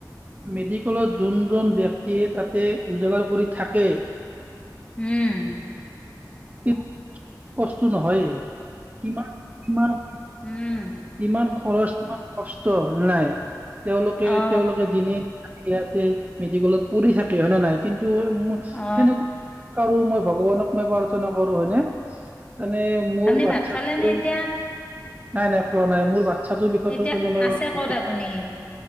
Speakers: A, on the right; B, on the left.
A: মেডিকেলত যোনজন ব্যক্তিয়ে তাতে উজাগাৰ কৰি থাকে
B: উম।
A: <unintelligible> কষ্ট নহয়েই, কিমান কিমান-
B: উম
A: কিমান খৰচ কিমান কষ্ট নাই, তেওঁলোকে-তেওঁলোকে
B: অ
A: দিনে ইয়াতে মেডিকেলত পঢ়ি থাকে হয় নে নাই কিন্ তু সেনেকুৱা
B: অ
A: কাৰো নহওঁক, ভগৱানক মই প্ৰাৰ্থনা কৰো হয়নে। <inaudible> মানে মোৰ
B: আপুনি
A: বাচ্ছাটো
B: ভাত খালে নে এতিয়া
A: নাই- নাই খোৱা নাই, মোৰ বাচ্ছাটোৰ বিষয়টো
B: এতিয়া
A: <unintelligible>
B: আছে ক'ত
A: মই
B: আপুনি